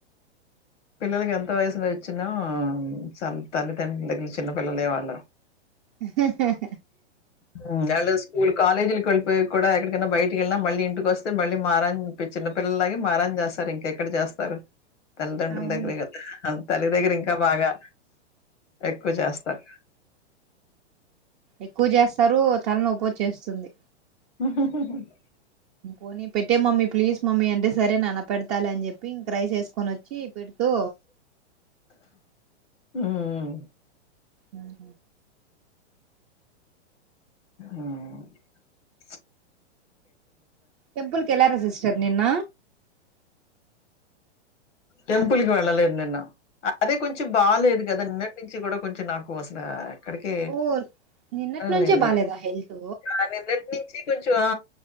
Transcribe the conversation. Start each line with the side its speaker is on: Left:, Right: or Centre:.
Left: పిల్లలకెంత వయసులిచ్చినా సర్ తల్లిదండ్రుల దగ్గర చిన్న పిల్లలే వాళ్ళు.
Right: ఆహాహా.
Left: ఉమ్ వాళ్లు స్కూల్ కాలేజూలకు వెళ్తూ. పోయేక్ కూడా ఎక్కడికైనా బైటికెలిన మళ్ళీ ఇంటికొస్తే మళ్ళీ మారం పి చిన్న పిల్లాలాగే మారంజేస్తారు ఇంకెక్కడ చేత్ స్తరు తల్లిదండ్రుల
Right: అవును
Left: దగ్గర్కి తల్లి దగ్గర ఇంకా బాగా ఎక్కువ చేస్తారు.
Right: ఎక్కువ జెస్ తరు తలనోప్పోచ్చేస్తుంది
Left: ఉమ్మ్.
Right: పోనీ పెట్టే మమ్మీ ప్లీజ్ మమ్మీ అంటే సరే నాన్న పెడతాలే అని చెప్పి. ప్పి రైస్ వేసుకొని వచ్చి పెడుతూ.
Left: ఉమ్.
Right: ఉమ్,
Left: మ్
Right: టెంపుల్ కెల్లారా సిస్టర్ నిన్న
Left: టెంపుల్కి వెళ్ళలేదు నిన్న అదే కొంచెం బాలేదు కదా నిన్నటి నుంచి కూడా కొంచెం నాకు అస్లా ఎక్కడికి
Right: ఓ నిన్నటి నుంచే
Left: లేదండి
Right: బాలేదా హెల్త్
Left: ఆ నిన్నటి నుంచి కొంచం ఆ